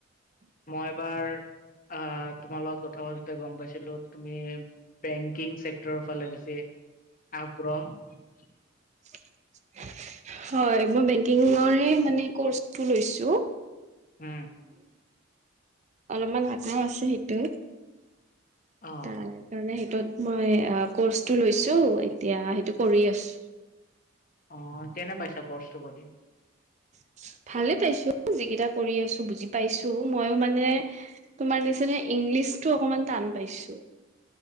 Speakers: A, on the left; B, on the right.
A: মই এবাৰ আহ তোমাৰ লগত কথা প গম পাইছিলো তুমি বেংকিং চেক্টৰৰ ফালে বেছি আগ্ৰহ।
B: <unintelligible> হয়। মই বেংকিংৰ হে মানে কোৰ্চ টো লৈছোঁ
A: উম
B: অলপমান আগ্ৰহ আছে সেইটো।
A: অ
B: তাৰ কাৰণে সেইটোত মই কৰ্চটো লৈছো এতিয়া সেইটো কৰি আছো।
A: অ' কেনে পাইছা পৰ্চটো কৰি?
B: <unintelligible> ভালে পাইছো যিকেইটা কৰি আছো বুজি পাইছো। ময়ো মানে তোমাৰ নিচিনা ইংলিছ টো অকমান টান পাইছো।